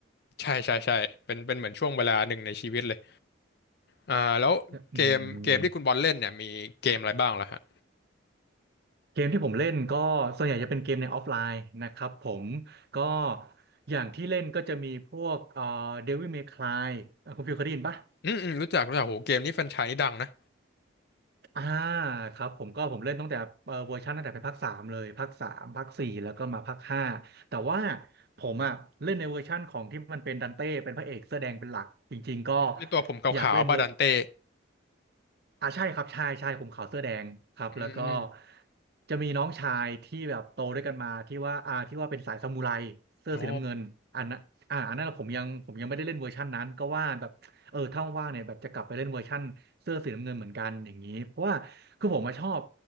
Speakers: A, on the left; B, on the right.
A: ใช่ใช่ใช่เป็นเป็นเหมือนช่วงเวลาหนึ่งในชีวิตเลยอ่าแล้วเกมเกมที่คุณบอลเล่นเนี่ยมีเกมอะไรบ้างล่ะฮะ
B: อืมเกมที่ผมเล่นก็ส่วนใหญ่จะเป็นเกมในออฟไลน์นะครับผมก็อย่างที่เล่นก็จะมีพวกเอ่อ Devil May Cry อ่ะคุณฟิลเคยได้ยินปะ
A: อืมอืมรู้จักรู้จักโหเกมนี้แฟรนไชส์นี้ดังนะ
B: อ่าครับผมก็ผมเล่นตั้งแต่เอ่อเวอร์ชันตั้งแต่เป็นภาคสามเลยภาคสามภาคสี่แล้วก็มาภาคห้าแต่ว่าผมอ่ะเล่นในเวอร์ชั่นของที่มันเป็นดันเต้เป็นพระเอกเสื้อแดงเป็นหลักจริงๆก็
A: ในตัวผมขาวๆบาดันเต้
B: อยากเล่นเวอร์อ่าใช่ครับใช่ใช่ผมขาวเสื้อแดงครับแล้วก็
A: อืม
B: จะมีน้องชายที่แบบโตด้วยกันมาที่ว่าอ่าที่ว่าเป็นสายซามูไรเสื้อสีน้ำเงินอันนั้นอ่าอันนั้นผมยังผมยังไม่ได้เล่นเวอร์ชันนั้นก็ว่าแบบ
A: โอ้
B: เออถ้าว่างๆเนี่ยแบบจะกลับไปเล่นเวอร์ชั่นเสื้อสีน้ำเงินเหมือนกันอย่างนี้เพราะว่าคือผมมาชอบ